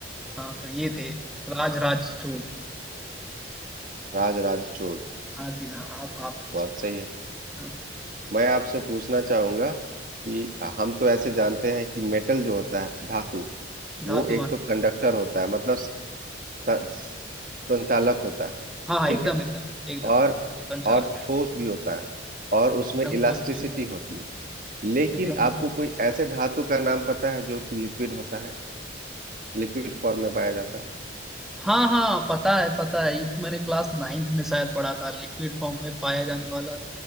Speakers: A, in the centre; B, on the right (about 45°).
A: हाँ तो ये थे राज राज चोल
B: राज राज चोल
A: हाँ जी हाँ आप आप पूछिए
B: बहुत सही है
A: हाँ जी
B: मैं आपसे पूछना चाहूंगा कि हम तो ऐसे जानते हैं कि मेटल जो होता है धातु
A: धातु
B: वो एक
A: हाँ जी
B: तो कंडक्टर होता है मतलब स- संचालक होता है
A: हाँ हाँ
B: ठीक
A: एकदम
B: है
A: एकदम एकदम
B: और
A: संचालक
B: और ठोस भी होता है और उसमें
A: एकदम
B: इलास्टिसिटी
A: ठोस भी होता
B: होती है लेकिन
A: है एकदम होती
B: आपको
A: है।
B: कोई ऐसे धातु का नाम पता है जो कि लिक्विड होता है लिक्विड फॉर्म में पाया जाता है
A: हाँ हाँ पता है पता है ये तो मैंने क्लास नाइन्थ में शायद पढ़ा था लिक्विड फॉर्म में पाया जाने वाला